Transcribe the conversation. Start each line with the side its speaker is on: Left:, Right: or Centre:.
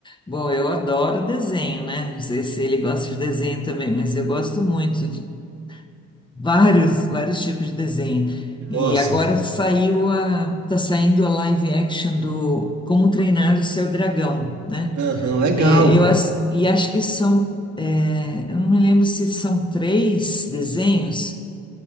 Left: Bom, eu adoro desenho, né? Não sei se ele gosta de desenho também, mas eu gosto muito de vários, vários tipos de desenho. E
Right: Nossa,
Left: agora saiu a, tá saindo a live action do Como Treinar o Seu Dragão, né?
Right: aham, legal.
Left: É, eu as- e acho que são, é, eu não me lembro se são três desenhos